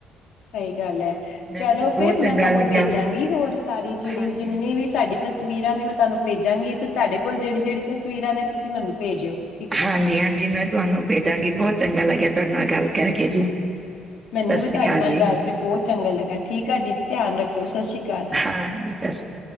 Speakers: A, on the left; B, on the right.
A: ਸਈ ਗੱਲ ਐ
B: ਮੈਨੂੰ
A: ਚਲੋ
B: ਵੀ ਬਹੁਤ
A: ਫੇਰ
B: ਚੰਗਾ
A: ਮੈਂ ਤੁਹਾਨੂੰ
B: ਲੱਗਿਆ
A: ਭੇਜਾਂਗੀ ਹੋਰ ਸਾਰੀ ਜੇੜੀ
B: ਹਾਂਜੀ।
A: ਜਿੰਨੀ ਵੀ ਸਾਡੀ ਤਸਵੀਰਾਂ ਨੇ ਮੈਂ ਤੁਹਾਨੂੰ ਭੇਜਾਂਗੀ ਤਹਾਡੇ ਕੋਲ ਜੇੜੀ-ਜੇੜੀ ਤਸਵੀਰਾਂ ਨੇ ਤੁਸੀਂ ਮੈਨੂੰ ਭੇਜਿਓ ਠੀ
B: ਹਾਂਜੀ-ਹਾਂਜੀ ਮੈਂ ਤੁਹਾਨੂੰ ਭੇਜਾਂਗੀ ਬੋ ਚੰਗਾ ਲੱਗਿਆ ਤੁਹਾਡੇ ਨਾਲ ਗੱਲ ਕਰਕੇ ਜੀ।
A: ਮੈਨੂੰ
B: ਸਤਿ ਸ੍ਰੀ
A: ਵੀ ਤੁਹਾਡੇ
B: ਅਕਾਲ
A: ਨਾਲ
B: ਜੀ
A: ਗੱਲਕੇ ਬੋ ਚੰਗਾ ਲੱਗਾ ਠੀਕ ਆ ਜੀ ਧਿਆਨ ਰੱਖਿਓ ਸਸ ਸ਼੍ਰੀ ਕਾਲ।
B: ਹਾਂਜੀ ਸਤਿ ਸ੍ਰੀ ਅਕਾਲ।